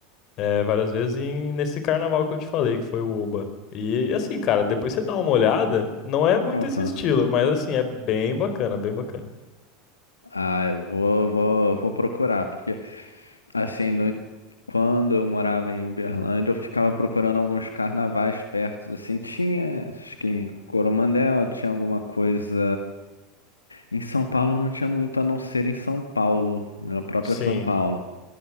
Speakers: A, on the left (about 45°); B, on the left (about 80°).
A: é, várias vezes em- nesse carnaval que eu te falei, que foi o Oba. E assim, cara, depois você dá uma olhada, não é muito
B: aham.
A: esse estilo, mas assim, é bem bacana, bem bacana.
B: Ah, eu vou, vou, vou procurar, porque assim, no- quando eu morava em Uberlândia, eu ficava procurando alguns carnavais perto, assim, tinha, acho que em Coromandel tinha alguma coisa. Em São Paulo não tinha muito, a não ser em São Paulo, na própria
A: Sim.
B: São Paulo.